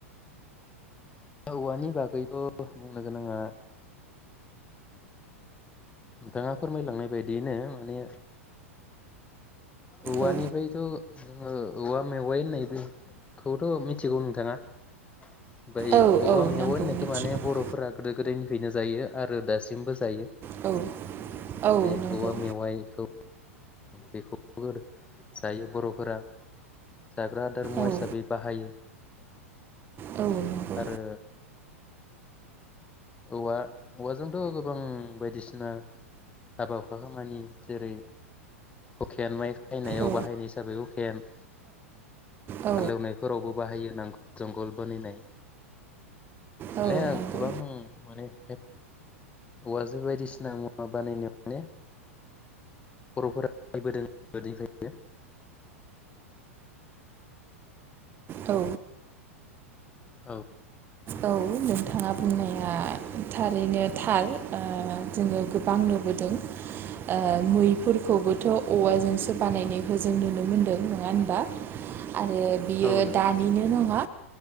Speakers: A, on the left (about 15°); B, on the right (about 30°).
A: औवानि बागैबो बुंनो गोनाङा नोंथाङा फोरमायलांनाय बायदियैनो माने औवानिफ्रायथ'
B: औ
A: जोङो औवा मेवाइ होननाय बेखौथ' मिथिगौ नोंथाङा। ओमफ्राय
B: औ
A: औवा
B: औ
A: मेवाइ
B: नंगौ
A: होननायखौ
B: मिथियो
A: माने बर'फोरा गोदो गोदायनिफ्रायनो जायो आरो दासिमबो जायो।
B: औ औ
A: बे
B: नंगौ
A: औवा मेवाइखौ बेखौबो जायो बर'फोरा जाग्रा आदार मुवा
B: औ
A: हिसाबै बाहायो।
B: औ
A: उम
B: नंगौ
A: आरो औवा औवाजोंथ' गोबां बायदिसिना हाबा हुखा खामानि जेरै हुखेन माइ खायनायाव
B: औ
A: बाहायनाय हिसाबै हुखेन
B: औ
A: हालेवनायफोरावबो बाहायो नां जंगल बानायनाय <unintelligible>
B: औ नंगौ
A: गोबां <unintelligible> औवाजों बायदिसिना मुवा बानायनो माने बर'फोरा <unintelligible> गोदोनिफ्रायनो।
B: औ
A: औ
B: औ नोंथाङा बुंनाया थारैनो थार ओ जोङो गोबां नुबोदों ओ मैफोरखौबोथ' औवाजोंसो बानायनायखौ जों नुनो मोनदों नङा होनबा आरो बियो
A: औ नंगौ
B: दानिनो नङा